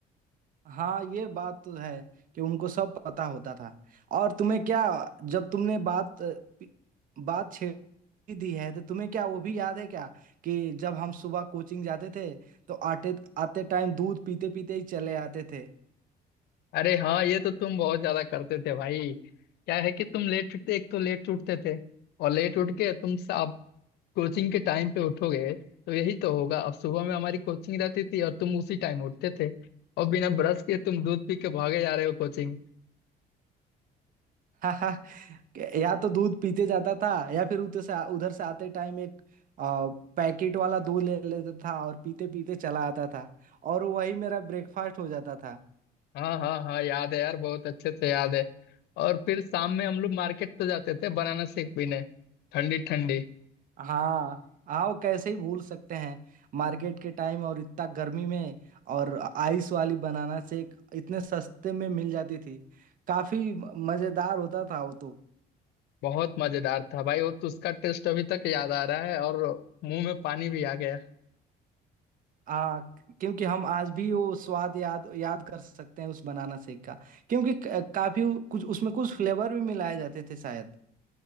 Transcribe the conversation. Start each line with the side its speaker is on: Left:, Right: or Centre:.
Right: हाँ ये बात तो है कि उनको सब पता होता था और तुम्हें क्या जब तुमने बात बात छेड़ी दी है तो तुम्हें क्या वो भी याद है क्या कि जब हम सुबह कोचिंग जाते थे तो आते आते टाइम दूध पीते पीते ही चले आते थे
Left: अरे हाँ ये तो तुम बहुत ज्यादा करते थे भाई क्या है कि तुम लेट उठते एक तो लेट उठते थे और लेट उठ के तुम अब कोचिंग के टाइम पे उठोगे तो यही तो होगा अब सुबह में हमारी कोचिंग रहती थी और तुम उसी टाइम उठते थे और बिना ब्रश के तुम दूध पी के भागे जा रहे हो कोचिंग
Right: <laughs> या तो दूध पीते जाता था या फिर उधर से उधर से आते टाइम एक आ, पैकेट वाला दूध ले लेता था और पीते पीते चला आता था और वही मेरा ब्रेकफास्ट हो जाता था
Left: हाँ हाँ हाँ याद है यार बहुत अच्छे से याद है और फिर शाम में हम लोग मार्केट तो जाते थे बनाना शेक पीने ठंडी ठंडी
Right: हाँ आओ कैसे ही भूल सकते हैं मार्केट के टाइम और इतना गर्मी में और आइस वाली बनाना शेक इतने सस्ते में मिल जाती थी काफी म- मजेदार होता था वो तो
Left: बहुत मजेदार था भाई वो तो उसका टेस्ट अभी तक याद आ रहा है और मुंह में पानी भी आ गया
Right: आ, क्योंकि हम आज भी वो स्वाद याद याद कर सकते हैं उस बनाना शेक का क्योंकि क- काफी कुछ उसमें कुछ फ्लेवर भी मिलाए जाते थे शायद